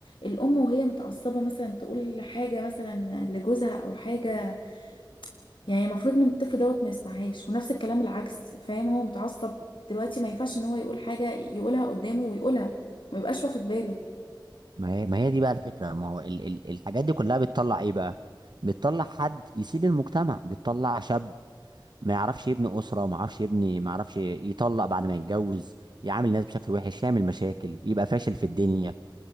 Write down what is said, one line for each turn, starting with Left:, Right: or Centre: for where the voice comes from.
Left: الأم وهي متعصبة مثلا تقول حاجة مثلا لجوزها أو حاجة يعني المفروض من الطفل دوت ما يسمعهاش ونفس الكلام العكس فاهم هو متعصب دلوقتي ما ينفعش إن هو يقول حاجة يقولها قدامه ويقولها ما يبقاش واخد باله
Right: ما هي ما هي دي بقى الفكرة ما هو ال ال الحاجات دي كلها بتطلع ايه بقى بتطلع حد يسيل المجتمع بتطلع شاب ما يعرفش يبني أسرة ما يعرفش يبني ما يعرفش يطلق بعد ما يتجوز يعامل الناس بشكل وحش يعمل مشاكل يبقى فاشل في الدنيا